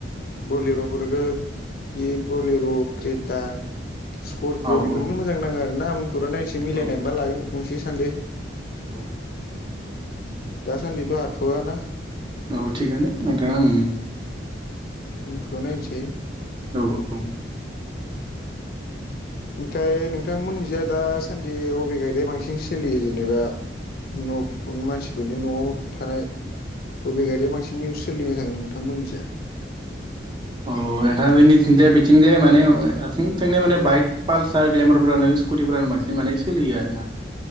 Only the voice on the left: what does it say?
बलिर'फोरखौ बेयो बलिर' क्रियेटा स्करपिय
बेफोरखौनो
मोजां नाङो आरो ना उनफोराव नायनोसै मिलायनाय
मोनबा लागोन गंसे सानदो।
दाासान्दिथ' हाथोवाना।
उनफोराव नायनोसै।
ओमफ्राय नोंथांमोननिजा दासान्दि अबे गारिया बांसिन सोलियो जेनेबा न' मानसिफोरनि न'आव थानाय बबे गारिया बांसिन निउस सोलिना थाङो नोंथांमोननि जाय।